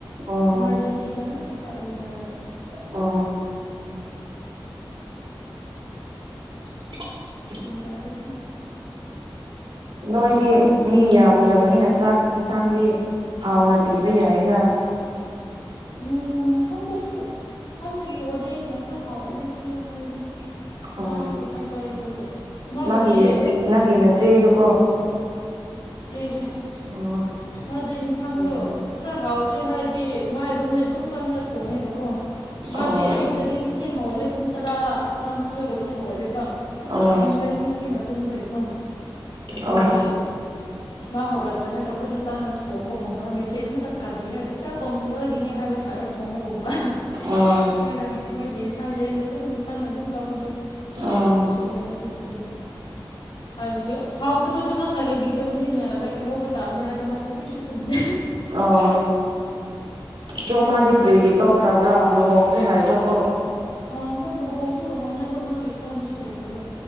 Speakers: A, on the right (about 80°); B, on the left (about 85°).
A: ꯑꯣ
B: ꯏꯃꯥꯔꯖꯦꯟꯁꯤꯗ ꯉꯥꯛꯇ ꯄꯥꯏꯌꯣ ꯍꯥꯏꯔꯒ
A: ꯑꯣ <inaudible>
B: ꯒꯌ꯭ꯥꯟꯇꯥꯗꯦꯗꯤ
A: ꯅꯣꯏꯗꯤ ꯃꯤ ꯌꯥꯝꯗꯕꯅꯤꯅ ꯆꯥꯛ ꯏꯟꯁꯥꯡꯗꯤ ꯍꯥꯎꯅ ꯄꯤꯕ ꯌꯥꯏꯗ
B: <inaudible> ꯎꯝ ꯈꯪꯗꯦ ꯍꯟꯅꯒꯤ ꯋꯥꯔꯗꯦꯟꯒꯤꯅ ꯈꯔ ꯍꯥꯎꯋꯅꯦ ꯍꯥꯏꯌꯨ ꯍꯥꯏꯔꯗꯤ
A: ꯑꯣ
B: ꯃꯥꯁꯨ ꯄꯩꯁꯥ ꯆꯥꯏ ꯑꯗꯨꯕꯨ ꯃꯥꯕꯨꯗꯤ
A: ꯅꯪꯒꯤ ꯅꯪꯒꯤ ꯅꯆꯦꯗꯨꯀꯣ
B: <unintelligible>
A: ꯑꯣ
B: ꯃꯥꯗꯤ ꯌꯦꯟꯁꯥꯡꯗꯣ
A: ꯎꯝ
B: ꯈꯔ ꯍꯥꯎꯇ꯭ꯔꯦ ꯍꯥꯏꯔꯗꯤ ꯃꯥꯥꯏ ꯔꯨꯝꯗꯤ ꯑꯗꯨꯝ ꯆꯪꯉꯒꯥ ꯊꯣꯡꯅꯦꯕꯀꯣ ꯃꯥꯗꯤ
A: ꯑꯣ
B: ꯑꯌꯨꯛꯇꯗꯤ ꯊꯦꯡ ꯊꯦꯡ ꯍꯧꯒꯠꯂꯦ ꯄꯨꯡ ꯇꯔꯥ ꯇꯔꯥꯃꯥꯊꯣꯏꯒꯨꯝꯕꯗ ꯍꯧꯒꯠꯂꯦꯕ
A: ꯑꯣ
B: ꯑꯍꯤꯡꯗ ꯊꯦꯡ ꯊꯦꯡꯅ ꯇꯨꯝꯕꯒꯤꯀꯣ ꯑꯗꯨꯒꯤ
A: ꯑꯣ
B: ꯃꯥ ꯍꯧꯒꯠꯇ꯭ꯔꯤꯉꯩꯗ ꯑꯩꯈꯣꯏꯗꯤ ꯆꯥꯡꯉꯒ ꯊꯣꯡꯕꯒꯨꯝꯕ ꯃꯦꯁꯦꯖ ꯉꯥꯛꯇ ꯊꯥꯕꯤꯔ ꯗꯤꯁꯇꯥꯔꯕ ꯇꯧꯅꯤꯡꯗꯕꯒꯤ ꯀꯤꯅꯦ ꯍꯥꯏꯕ ꯁꯔꯥ ꯊꯣꯡ ꯊꯣꯝꯕꯒꯨꯝꯕ
A: ꯑꯣ
B: ꯅꫭꯏꯒ ꯅꯣꯏꯒꯤ ꯏꯟꯁꯥꯡ ꯂꯦꯝꯗꯤ ꯑꯗꯨꯝ ꯆꯪꯉꯒꯥ ꯑꯗꯨꯝ ꯂꯧꯋꯤꯗ ꯃꯥꯗꯤ
A: ꯑꯣ
B: ꯀꯩꯁꯨ ꯍꯥꯏꯗꯦ ꯑꯗꯨꯒꯨꯝꯕꯗꯨꯗꯤ ꯍꯥꯏꯔꯤꯗꯤ ꯍꯥꯎꯇꯕꯗꯨ ꯅꯪꯅ ꯂꯩꯕꯤ ꯇꯕꯅꯤꯅ ꯂꯩ ꯂꯧꯕ ꯇꯥꯕꯅꯤ ꯍꯥꯏꯗꯤ ꯃꯁꯛ ꯀꯔꯤꯁꯨ ꯈꯨꯝꯗꯦ
A: ꯑꯣ ꯑꯗꯣ
B: ꯆꯥꯕꯗ
A: ꯃꯥꯗꯤ
B: ꯊꯛꯄꯗꯗꯤ
A: ꯀꯔꯤꯒꯤ ꯇꯣꯈ꯭ꯔꯕ꯭ꯔꯥ ꯂꯨꯍꯣꯡꯈ꯭ꯔꯦ ꯍꯥꯏꯕ꯭ꯔꯥ ꯀꯣ
B: ꯑꯥ ꯍꯣꯏ ꯂꯨꯍꯣꯡꯁꯨ ꯂꯨꯍꯣꯡꯅ ꯑꯗꯣ ꯃꯥꯒꯤ ꯇꯔꯝꯁꯨ ꯂꫭꯏꯈ꯭ꯔꯕ